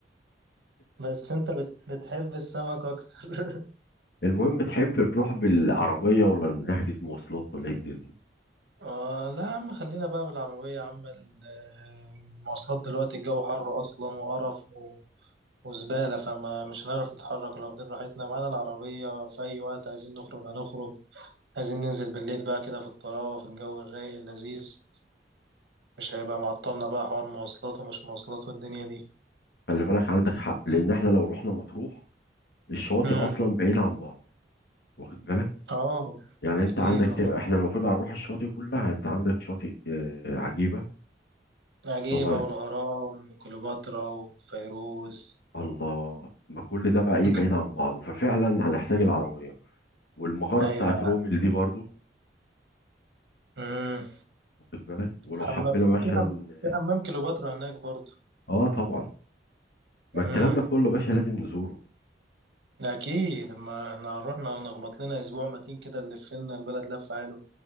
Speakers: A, on the right; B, on the left.
A: بس انت بت... بتحب السمك اكتر <laughs>
B: المهم تحب نروح بالعربيه ولا نحجز مواصلات ولا ايه الدنيا؟
A: آه لا يا عم خلينا بقى بالعربية يا عم ال- المواصلات دلوقتي الجو حر اصلا وقرف و... وزبالة فما مش هنعرف نتحرك ولا واخدين راحتنا معانا العربية في أي وقت عايزين نخرج هنخرج عايزين ننزل بالليل بقى كده في الطراوة في الجو الرايق اللذيذ مش هيبقى معطلنا بقى حوار مواصلات ومش مواصلات والدنيا دي
B: خلي بالك عندك حق لان احنا لو رحنا مطروح الشواطئ
A: امم
B: اصلا بعيده عن بعض واخد بالك
A: اه
B: يعني انت
A: كتير
B: عندك كام
A: اه
B: احنا المفروض هنروح الشواطئ كلها انت عندك شاطئ آه، عجيبة
A: عجيبة
B: طبعا
A: والغرام وكليوباترا وفيروز
B: الله ما كل ده بقى ايه
A: مم.
B: بعيد عن بعضه ففعلا هنحتاج العربية والمغارة
A: ايوه
B: بتاعت رومل دي برضو
A: امم
B: واخد بالك ولو
A: حمام
B: حبينا مثلا
A: وفي حم... في حمام كليوباترا هناك برضه
B: اه طبعا ما الكلام
A: امم
B: ده كله باشا لازم نزوره
A: اكيد ما احنا هنروح نخبط لنا اسبوع متين كده نلف لنا البلد لفه حلوه